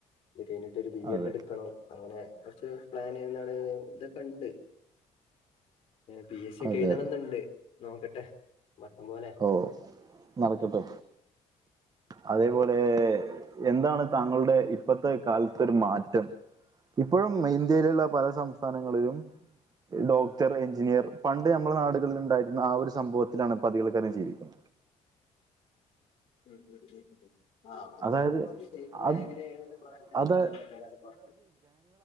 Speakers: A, on the left; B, on the right.
A: ത് കയ്ഞ്ട്ടൊരു ബി
B: അതെ
A: എഡ് ഇട്ക്കണം അങ്ങനെ കൊർച്ച് പ്ലാൻ എന്താണ് തൊക്കണ്ട്. പി എസ് സി ഒക്കെ
B: അതെ
A: എഴുതണംന്ന്ണ്ട്
B: അതെ
A: നോക്കട്ടെ മട്ടം പോലെ.
B: ഓഹ് നടക്കട്ടെ അതേപോലെ എന്താണ് താങ്കളുടെ ഇപ്പത്തെ കാലത്തെ ഒരു മാറ്റം ഇപ്പഴും ഇന്ത്യയിലുള്ള പല സംസ്ഥാനങ്ങളിലും ഡോക്ടർ, എഞ്ചിനീയർ പണ്ട് ഞമ്മളെ നാടുകളിൽ ഇണ്ടായിരുന്ന ആ ഒരു സംഭവത്തിലാണ് പതികൾക്കാരെ ജീവിക്കുന്നത്.
A: <unintelligible> ആഹ് അതാമ്പോ
B: അതായത്
A: ഒരു സേഫ് മേഖലയേണ്ത്
B: അത്
A: കൊറേ ആൾക്കാര്
B: അത്
A: കണ്ടത്ത്ണ്ട് <unintelligible> കൊർച്ച്.